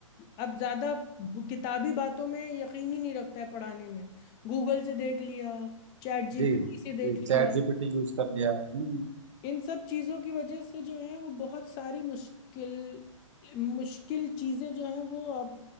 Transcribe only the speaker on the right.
हैं।
जी
जी चैट
जीपीटी यूज कर लिया हम्म,